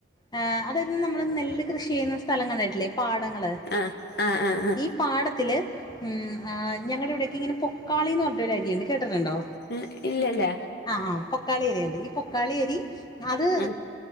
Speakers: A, on the left (about 20°); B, on the left (about 50°).
A: ആ അതായത് നമ്മള് നെല്ല് കൃഷി ചെയ്യുന്ന സ്ഥലം കണ്ടിട്ടില്ലേ പാടങ്ങള്
B: ആ ആ ആ ആ
A: ഈ പാടത്തില് ഉ ആ ഞങ്ങള ഇവിടേക്കെ ഇങ്ങനെ പോകാളിന്ന് പറഞ്ഞട്ട് ഒരു അരിയുണ്ട് കേട്ടിട്ടുണ്ടോ
B: ഉ ഇല്ലല്ല
A: ആ ആ പൊക്കാളി അരിയുണ്ട് ഈ പൊക്കാളി അരി അത്
B: ആ